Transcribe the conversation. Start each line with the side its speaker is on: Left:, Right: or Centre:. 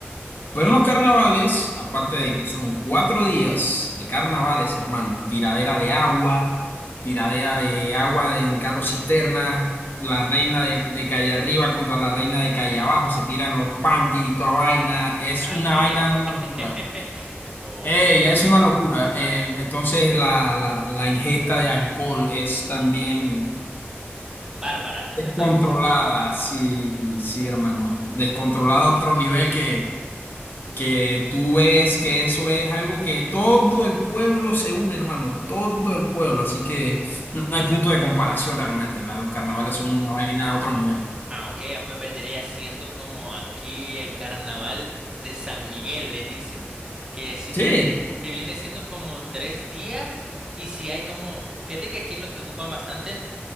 Right: Ok.
Left: Pero en los carnavales, aparte de que son cuatro días de carnavales, hermano, tiradera de agua, tiradera de agua en carro cisterna, la reina de, de calle arriba contra la reina de calle abajo, se tiran los panties y toda vaina, es
Right: Ah,
Left: una
Right: ok.
Left: vaina, una
Right: <laughs>
Left: locura. Ey,
Right: Ok.
Left: es una locura. Eh, entonces la, la, la ingesta de alcohol es también
Right: Bárbara. <laughs>
Left: descontrolada, sí, sí, hermano, descontrolada a otro nivel que que tú ves que eso es algo que todo el pueblo se une, hermano, todo el pueblo, así que no hay punto de comparación realmente, la- los carnavales
Right: Ah,
Left: son una vaina a otro nivel.
Right: ah, ok. ah, Pues vendría siendo como aquí el carnaval de San Miguel, le dicen. Que sí
Left: Sí,
Right: se. Que viene siendo como tres días. Y si hay como. Fíjate que aquí lo que ocupan bastante.